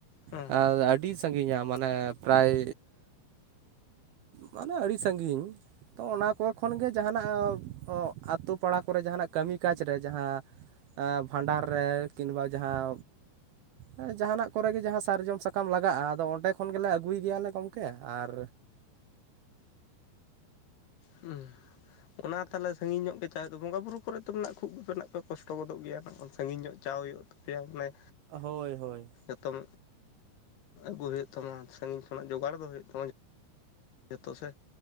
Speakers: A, on the left; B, on the right.
A: ᱦᱮᱸ
B: ᱟ ᱟᱹᱰᱤ ᱥᱟᱺᱜᱤᱧᱟ ᱢᱟᱱᱮ ᱯᱨᱟᱭ ᱢᱟᱱᱮ ᱟᱹᱰᱤ ᱥᱟᱺᱜᱤᱧ ᱾ ᱛᱚ ᱚᱱᱟ ᱠᱚ ᱠᱷᱚᱱ ᱜᱮ ᱡᱟᱦᱟᱸᱱᱟᱜ ᱚᱜ ᱟᱛᱳ ᱯᱟᱲᱟ ᱠᱚᱨᱮ ᱡᱟᱦᱟᱸᱱᱟᱜ ᱠᱟᱹᱢᱤ ᱠᱟᱡᱽ ᱨᱮ ᱡᱟᱦᱟᱸ ᱵᱷᱟᱸᱰᱟᱱ ᱨᱮ ᱠᱤᱱᱵᱟ ᱡᱟᱦᱟᱸ ᱮᱸ ᱡᱟᱦᱟᱸᱱᱟᱜ ᱠᱚᱨᱮ ᱜᱮ ᱡᱟᱦᱟᱸ ᱥᱟᱨᱡᱚᱢ ᱥᱟᱠᱟᱢ ᱞᱟᱜᱟᱜᱼᱟ ᱟᱫᱚ ᱚᱸᱰᱮ ᱠᱷᱚᱱ ᱜᱮᱞᱮ ᱟᱹᱜᱩᱭ ᱜᱮᱭᱟᱞᱮ ᱜᱚᱢᱠᱮ ᱟᱨ
A: ᱩᱸ᱾ ᱚᱱᱟ ᱛᱟᱦᱚᱞᱮ ᱥᱟᱺᱜᱤᱧ ᱧᱚᱜ ᱜᱮ ᱪᱟᱜ ᱦᱩᱭᱩᱜ ᱛᱟᱯᱮ ᱵᱚᱸᱜᱟ ᱵᱩᱨᱩ ᱠᱚᱨᱮ ᱛᱚ ᱢᱮᱱᱟᱜ ᱠᱷᱩᱵ ᱜᱮᱯᱮ ᱱᱟᱜ ᱯᱮ ᱠᱚᱥᱴᱚ ᱜᱚᱫᱚᱜ ᱜᱮᱭᱟ ᱱᱟᱜ ᱥᱟᱺᱜᱤᱧᱚᱜ ᱪᱟᱣ ᱦᱩᱭᱩᱜᱼᱟ ᱛᱚ ᱯᱮᱭᱟ ᱢᱟᱱᱮ
B: ᱦᱳᱭ ᱦᱳᱭ᱾
A: ᱡᱚᱛᱚᱝ ᱟᱹᱜᱩ ᱦᱩᱭᱩᱜ ᱛᱟᱢᱟ ᱥᱟᱺᱜᱤᱧ ᱠᱷᱚᱱᱟᱜ ᱡᱚᱜᱟᱲ ᱫᱚ ᱦᱩᱭᱩᱜ ᱛᱟᱢᱟ ᱡᱷᱚᱛᱚ ᱥᱮ